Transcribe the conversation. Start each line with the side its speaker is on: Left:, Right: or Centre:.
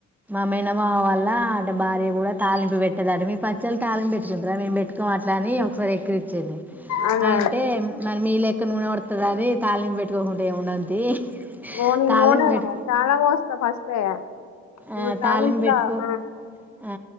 Centre: మేనమామ మేనమామ వాళ్ళ అట భార్య కూడా తాలింపు పెట్టద అట మీ పచ్చళ్లు తాలింపు పెట్టుకుంటురా మేము పెట్టుకోం అట్ల అని ఒకసారి ఎక్కిరిచ్చింది
Left: అదే
Centre: అంటే మరి మీ లెక్క ఎక్కువ నూనె వోడుతది అని తాలింపు పెట్టుకోకుంటే ఏముండది తీ
Left: ఓని
Centre: తాలింపు
Left: నూనె
Centre: పెట్టుకో
Left: చాలా పోస్త ఫస్టే
Centre: ఆ
Left: ఇప్పుడు
Centre: తాలింపు
Left: తాలింపులా
Centre: పెట్టుకో
Left: ఆ
Centre: ఆ